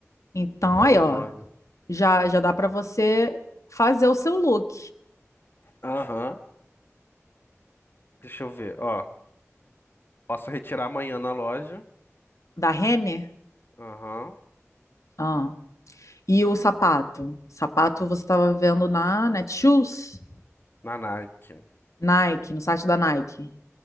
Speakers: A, on the left (about 85°); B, on the left (about 45°).
A: Então,
B: noventa
A: aí, ó,
B: e nove.
A: já, já dá para você fazer o seu look
B: Aham. Deixa eu ver. Ó, posso retirar amanhã na loja.
A: da Renner.
B: Aham.
A: Ah. E o sapato? Sapato você estava vendo na Netshoes?
B: Na Nike.
A: Nike, no site da Nike.